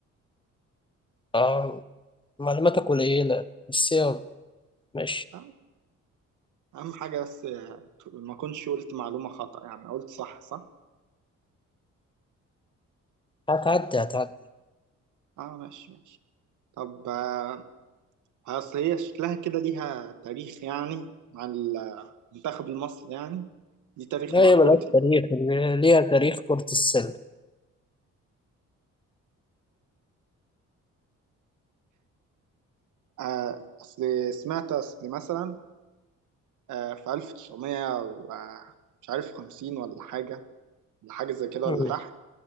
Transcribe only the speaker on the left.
آه، معلوماتك قليلة بس يلا ماشي
هتعدي هتعدي
لا
هي ملهاش
تاريخ اللي ليها تاريخ كرة السلة
مم.